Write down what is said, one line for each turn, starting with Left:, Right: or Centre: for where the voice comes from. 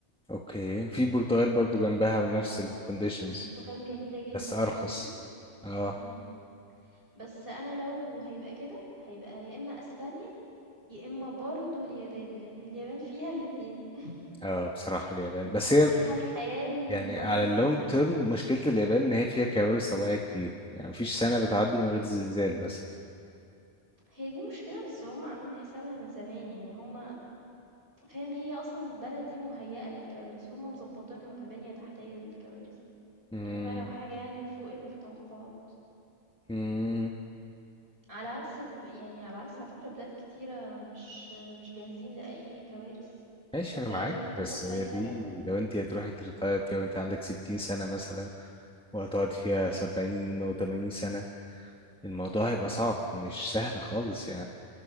Centre: اوكي في البرتغال برضو جنبها
Right: ف
Centre: ونفس الكونديشنز
Right: والبرتغال جميلة جدًا
Centre: بس ارخص
Right: برضه،
Centre: اه
Right: إمم، بس أنا لو هيبقى كده، هيبقى يا إما أسبانيا يا إما برضه اليابان، لإن اليابان فيها الاتنين <laughs>
Centre: اه بصراحة اليابان بس
Right: يعني
Centre: هي
Right: فيها الحياة اللي
Centre: يعني
Right: برضه
Centre: على اللونج تيرم مشكلة اليابان إن هي فيها كوارث طبيعية كتير يعني مفيش سنة بتعدي من غير زلزال مثلا
Right: هي دي مشكلة بس هم عاملين حسابها من زمان يعني هم فاهم هي أصلًا البلد دي مهيأة للكوارث، هم مضبطينها كبنية تحتية للكوارث،
Centre: مم،
Right: إلا بقى لو حاجة يعني فوق التوقعات،
Centre: مم،
Right: على عكس ب يعني على عكس على فكرة بلاد كتيرة مش مش جاهزين لأي كوارث،
Centre: ماشي
Right: بس الكوارث
Centre: أنا معاك
Right: ممكن تحصل
Centre: بس
Right: في
Centre: هي
Right: أي
Centre: دي
Right: بلد يعني.
Centre: لو أنت هتروحي تريتاير فيها وأنت عندك ستين سنة مثلا وهتقعد فيها سبعين وتمانين سنة الموضوع هيبقى صعب مش سهل خالص يعني